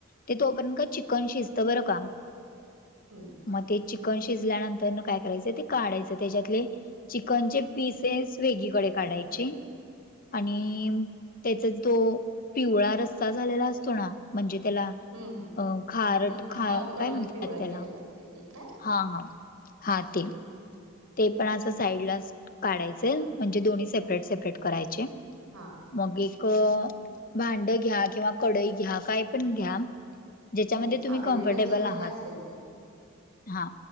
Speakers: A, on the left; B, on the right.
A: ते तो पर्यत काय चिकन शिजतं बरं का.
B: हं...
A: मग ते चिकन शिजल्यानंतरनं काय करायचं ते काढायचं त्याच्यातले चिकनचे पीसेस वेगळीकडे काढायचे आणि
B: हम्म
A: त्याचा तो पिवळा रस्सा झालेला असतो ना म्हणजे त्याला
B: हम् हम्
A: अ खारट
B: हम् हम्
A: खा
B: हळद घालून
A: काय म्हणतात
B: पिवळा
A: त्याला
B: केलेला असतयं ते काय?
A: हा. हा. हा. ते
B: हम्म
A: ते
B: हम्म
A: पण
B: हम्म
A: असं साईडलाच काढायचं म्हणजे दोन्ही सेपरेट-
B: हा
A: सेपरेट करायचे
B: हा हा
A: मग एक, क भांडं घ्या किंवा कडई घ्या काय पण घ्या. ज्याच्यामध्ये
B: हम्म
A: तुम्ही
B: अवेलेबल
A: कम्फर्टेबल
B: जे काही
A: आहात
B: असेल ते
A: हा.